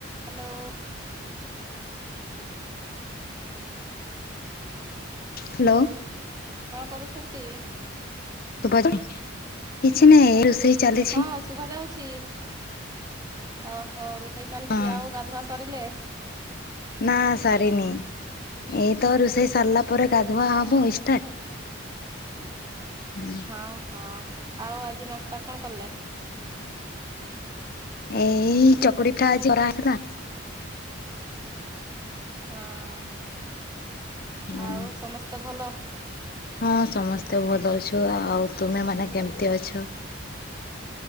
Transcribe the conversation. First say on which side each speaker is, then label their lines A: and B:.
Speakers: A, on the right; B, on the left.
A: Hello?
B: Hello.
A: କଣ କରୁଛନ୍ତି?
B: ଶୁଭାଯାଉନି, କିଛି ନାହିଁ ଏ ରୋଷେଇ। ଚାଲିଛି
A: ହଁ ଶୁଭାଯାଉଛି, ଅହୋ ରୋଷେଇ ଚାଲିଚି,
B: ହଁ
A: ଆଉ ଗାଧୁଆ ସରିଲେ?
B: ନାଁ ସାରିନି, ଏଇତ ରୋଷେଇ ସରିଲା। ପରେ ଗାଧୁଆ ହବ
A: ଅ
B: ଇଷ୍ଟାଟ୍, ହୁଁ।
A: ହଁ ହଁ ଆଉ ଆଜି ନାସ୍ତା କଣ କଲେ?
B: ଏଇ ଚକୁଳି ପିଠା ଆଜି କରାହେଇଥିଲା। <inaudible>
A: ହଁ
B: ହଁ
A: ଆଉ ସମସ୍ତେ ଭଲ।
B: ହଁ ସମସ୍ତେ ଭଲ ଅଛୁ ଆଉ ତୁମେମାନେ କେମିତି ଅଛ?